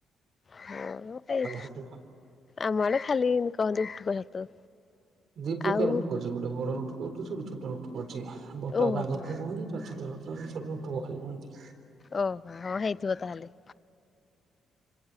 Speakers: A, on the left; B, on the right.
A: ହଁ, ଏଇ
B: ରୁଟୁକ।
A: ଆମଡେ, ଖାଲି ଇଁତି କହନ୍ତି ଉଟୁକ ଛତୁ।
B: ଦି ପ୍ରକାର
A: ଆଉ
B: ରୁଟୁକ ଅଛି। ଗୋଟେ ବଡ ରୁଟୁକ କୋଉଠ ଅଛି। ଗୋଟେ ଛୁଟ ରୁଟୁକ ଅଛି। ବଡ
A: ଓହୋ
B: ଟାକୁ ବାଘରୁଟୁକ କୁହନ୍ତି। ତା ଛୋଟରୁଟୁ, ଛୋଟ ରୁଟୁକ ଖାଲି କୁହନ୍ତି।
A: ଓହୋ! ହଁ ହେଇଥିବ ତାହେଲେ।